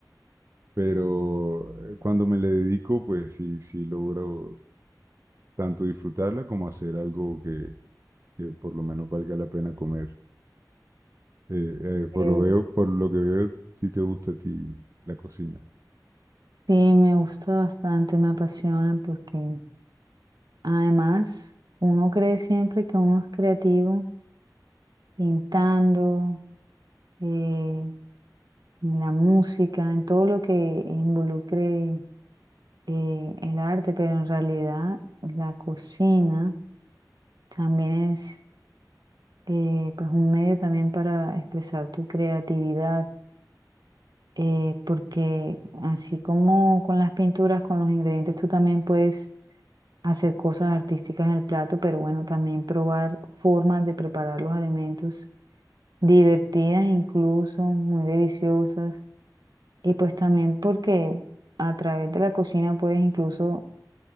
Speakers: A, on the right; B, on the right.
A: pero eh, cuando me le dedico, pues sí, sí logro tanto disfrutarla como hacer algo que, que por lo menos valga la pena comer. Eh, eh,
B: Eh,
A: por lo veo, por lo que veo, sí te gusta a ti la cocina.
B: Sí, me gusta bastante, me apasiona porque además uno cree siempre que uno es creativo pintando, eh, en la música, en todo lo que involucre eh, el arte, pero en realidad la cocina también es eh, pues un medio también para expresar tu creatividad, eh, porque así como con las pinturas, con los ingredientes, tú también puedes hacer cosas artísticas en el plato, pero bueno, también probar formas de preparar los alimentos divertidas incluso, muy deliciosas. Y pues también porque a través de la cocina puedes incluso